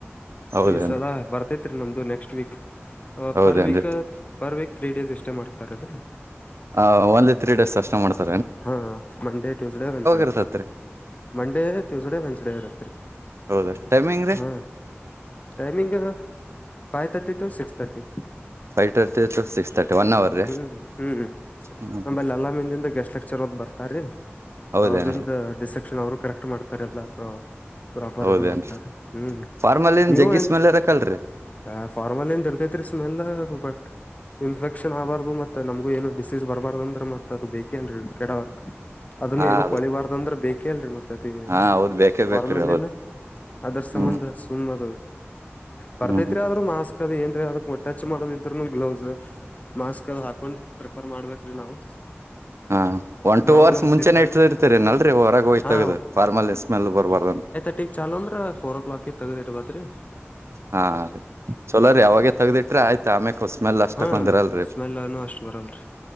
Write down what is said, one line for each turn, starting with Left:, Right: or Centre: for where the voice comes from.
Right: ಹೌದೇನ್ರಿ
Left: ಈ ಸಲ ಬರ್ತೇತ್ರಿ ನಮ್ದು ನೆಕ್ಸ್ಟ್ ವೀಕ್
Right: ಹೌದೇನ್ರಿ
Left: ಪರ್ week per week three days ಎಷ್ಟೇ ಮಾಡ್ತಾರೆ ಅದ್ರ
Right: ಹ ಒಂದ ತ್ರೀ ಡೇಸ್ ಕಷ್ಟ ಮಾಡ್ತಾರೆ
Left: ಹಾ ಮಂಡೇ ಟ್ಯೂಸ್ಡೇ ವೆನ್ಸ್ಡೇ
Right: ಇರ್ತತ್ರಿ
Left: ಮಂಡೇ ಟ್ಯೂಸ್ಡೇ ವೆನ್ಸ್ಡೇ ಇರುತ್ರಿ
Right: ಹೌದ ಟೈಮಿಂಗ್ ರೀ
Left: ಹಾ timing five thirty to six thirty
Right: ಫೈರ್ತ ಸಿಕ್ಸ್ ತರ್ಟಿ ಒನ್ ಅವರ್ ರೀ
Left: ಹ್ಮ್ ಹ್ಮ್
Right: ಹ್ಮ್
Left: ನಂಬಲ್ಲಿ ಅಲ್ಲಾಮಿಂದಿಂದ ಗೆಸ್ಟ್ ಲೆಕ್ಚರ್ ಹದ್ ಬರ್ತಾರೀ
Right: ಹೌದೇನ್ರಿ
Left: ಅವ್ರದಿಂದ ಡಿಸೆಕ್ಷನ್ ಅವರು ಕರೆಕ್ಟ್ ಮಾಡ್ತಾರ ಅಲ್ಲ ಅ ಪ್ರಾಪರ್
Right: ಹೌದೇನ್ರಿ
Left: ಇದು ಮಾಡ್ತಾರೆ ಹ್ಮ್
Right: ಫಾರ್ಮಲ್ಲಿನ್
Left: ನೀವು
Right: ಜಗ್ಗಿ
Left: ಹೆಂಗ
Right: ಸ್ಮೆಲ್ ಇರಕಲ್ರರಿ
Left: ಹ ಫಾರ್ಮಲ್ ದ ಇರ್ತೇತ್ರಿ ಸ್ಮೆಲ್ ಅದು ಬಟ್ ಇನ್ಫೆಕ್ಷನ್ ಆಬಾರ್ದು ಮತ್ತತ್ ನಮಗು ಏನ ಡಿಸೀಸ್ ಬರ್ಬಾರ್ದ ಅ್ರ ಮತ್ತತ್ ಅದು ಬೇಕೇನ್ರರಿ ಕೆಡವರ್ಕ್ ಅದನ್ನ
Right: ಹಾ
Left: ಏನು
Right: ಅದು
Left: ಕೊಳಿಬಾರ್ದ ಅಂದ್ರೆ ಬೇಕೇ ಅಲ್ರರಿ ಮತ್ತೆ ಜತಿ
Right: ಹಾ ಹೌದ್ ಬೇಕೇ
Left: ಫಾರ್ಮ್
Right: ಬೇಕ್ರಿ
Left: ಅಲ್ಲಿನ
Right: ಹೌದ್
Left: ಅದರ ಸಂಬಂಧ
Right: ಹ್ಮ್
Left: ಸುಮ್ ಅದು ಬರ್ತೈತ್ರಿ
Right: ಹ್ಮ್
Left: ಆದ್ರೂ ಮಾಸ್ಕ್ ಅದ್ ಏನ್ರಿ ಅದಕ್ ಟಚ್ ಮಾಡದ ಇದ್ರುನು ಗ್ಲೌಸ್ ಮಾಸ್ಕ್ ಹಾಕೊಂಡು ಪ್ರಿಪರ್ ಮಾಡ್ಬೇಕ್ರೀ ನಾವು
Right: ಹ ಹ ಒನ್ ಟೂ
Left: ನಾವು
Right: ಅವರ್ಸ್
Left: ನಮ್
Right: ಮುಂಚೆನೆ
Left: ಸೇಫ್ಟಿ
Right: ಇ ಇರ್ತರಿ ನಲ್ರಿ ಹೊರಗೆ ಹೋಯ್ತಗದು
Left: ಹಾ
Right: ರ್ಮಲ್ ಸ್ಮೆಲ್ ಬರ್ಬಾರ್ದ
Left: ಗ ಚಾ ಅ್ರ ಓ ಕ್ಲಾಕ್ ತಗದೇಟ್ ಬತ್ರಿ
Right: ಹಾ ರೀ ಚಲೋ ರೀ ಅವಾವಾಗೆ ತಗ್ದಿಟ್ರೆ ಆಯ್ತಾ ಆಮ್ಯಕ್ ಸ್ಮೆಲ್ ಅಷ್ಟಕ್ಂದಿರಲ್ರಿ
Left: ಹಾ ಸ್ಮೆಲ್ ಅನು ಅಷ್ಟ್ ಬರಲ್ರಿ